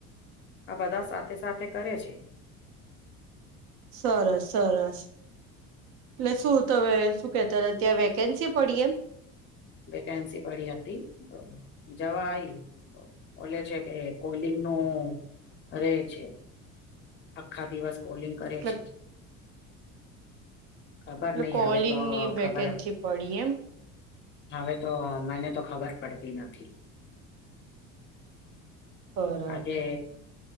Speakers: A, on the left (about 30°); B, on the right (about 60°).
A: આ બધા સાથે સાથે કરે છે.
B: સરસ સરસ. એટલે શું તમે શું કેતા ત્યાં વેકેન્સી પડી એમ?
A: વેકેન્સી પડી હતી જવા આઈ. બોલે છે કે કોલિંગ નું રેય છે. આખા દિવસ કોલિંગ કરે
B: એટલે
A: છે. ખબર
B: એટલે
A: નઈ
B: કોલિંગની
A: આવે તો ખબર
B: વેકેન્સી પડી એમ
A: હવે તો મને તો ખબર પડતી નથી.
B: બરાબર
A: આજે